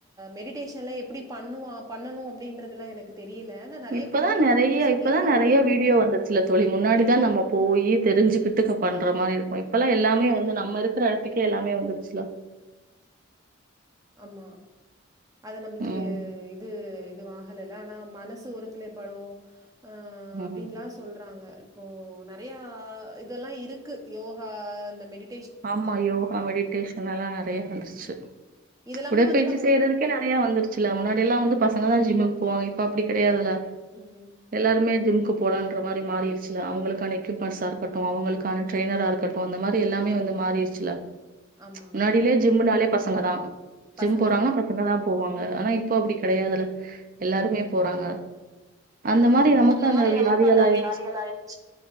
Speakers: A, on the right; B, on the right.
A: மெடிடேஷன்லா எப்டி பண்ணுவா பண்ணணு அப்படின்றதெலா எனக்கு தெரியல ஆனா நெறைய
B: இப்பதா
A: பேரு பண்ணவங்க
B: நெறைய
A: சொல்லிருக்காங்க
B: இப்பதா நெறைய வீடியோ வந்துருச்சுல தோழி முன்னாடி தா நம்ம போய் தெரிஞ்சுக் கித்துக்க பண்ற மாரி இருக்கு இப்பெல்லா எல்லாமே
A: ஆ
B: வந்து நம்ம இருக்குற எடத்துக்கே எல்லாமே வந்துருச்சுல
A: அம்மா அது நம்மளுக்கு
B: ம்
A: இது இது ஆகலல ஆனா மனசு ஒருங்நிலைப்படு அ அப்டின்லா
B: ம்
A: சொல்றாங்க இப்போ நெறைய இதெல்லா இருக்கு யோகா இந்த மெடி
B: ஆமா யோகா மெடிடேஷனல்லா நெறைய வந்துருச்சு
A: இதெல்லாமே
B: உடற்பயிற்சி
A: வந்து நம்ம
B: செய்றதுக்கே
A: ஒரு
B: ந றையா வந்துருச்சுல்ல முன்னாடியெல்லா வந்து பசங்க தா ஜிம்முக் போவங்க இப்ப அப்டி கெடையாதில்ல
A: ம்.
B: எல்லாருமே ஜிம்கு போலான்ற மாரி மாறிடுச்சுல அவங்களுக்கான எக்யூப்மெண்ட்ஷா இருக்கட்டு அவங்களுக்கான ட்ரயினரா இருக்கட்டு இந்த மாதிரி எல்லா வந்து மாறிருச்சுல
A: ஆமாங்க.
B: முன்னாடியிலே ஜிம்முனாலே பசங்க தா ஜிம்
A: பசங்க
B: போறாங்கன்னா
A: தான்.
B: பசங்கதா போவாங்க ஆனா இப்ப அப்டி கெடையாதில்ல எல்லாருமே போறாங்க அந்த
A: ஆமா.
B: மாரி நமக்கு அந்த
A: மாரி
B: வியாதிகள்
A: நமக்கு அந்த
B: ஆயிடுச்சு
A: வியாதிகள் ஆயிருச்சு.